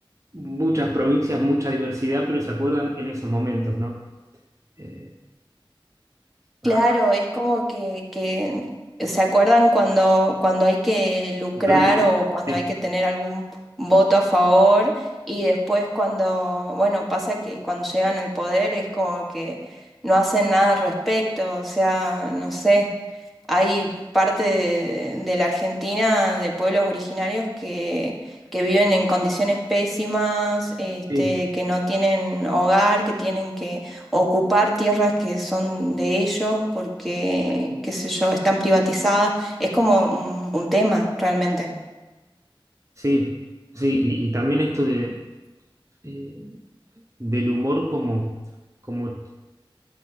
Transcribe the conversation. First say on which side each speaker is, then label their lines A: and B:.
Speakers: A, on the right; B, in the centre.
A: muchas provincias, mucha diversidad, pero se acuerdan en esos momentos, ¿no? Eh,
B: Claro,
A: a-
B: es como que, que se acuerdan cuando, cuando hay que lucrar
A: Dar gusto.
B: o cuando
A: Sí,
B: hay que tener algún voto a favor y después cuando, bueno, pasa que cuando llegan al poder es como que no hacen nada al respecto, o sea, no sé, hay parte de, de la Argentina, de pueblos originarios que, que viven en condiciones pésimas, este,
A: sí,
B: que no tienen hogar, que tienen ocupar tierras que son de ellos porque, qué sé yo, están privatizadas. Es como un, un tema realmente.
A: sí, sí, y, y también esto de, eh, del humor como, como,